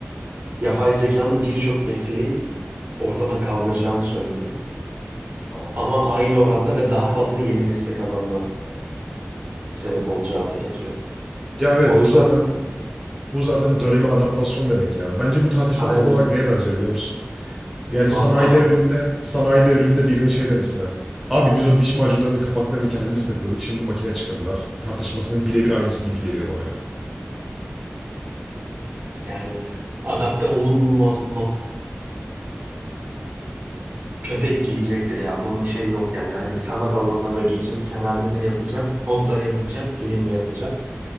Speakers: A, on the right (about 50°); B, in the centre.
A: Yapay zekanın birçok mesleği ortadan kaldıracağını söylüyor.
B: Tamam.
A: Ama aynı oranda ve daha fazla yeni meslek alanına sebep olacağı da yazıyor.
B: Ya, evet,
A: O yüzden
B: bu zaten bu zaten döneme adaptasyon demek ya. Bence bu tartışma
A: aynen
B: tam olarak neye benziyor biliyor musun? Yani sanayi
A: matbaa,
B: devriminde sanayi devriminde birinin şey demesine. Abi biz o diş macunlarının kapaklarını kendimiz takıyorduk. Şimdi makine çıkardılar. Tartışmasının birebir aynısı gibi geliyor bana ya.
A: Yani adapte olunmaması kötü etkileyecektir ya. Bunun şey yok yani. Hani sanat alanına da girecek, senaryo da yazacak, kod da yazacak, film de yapacak.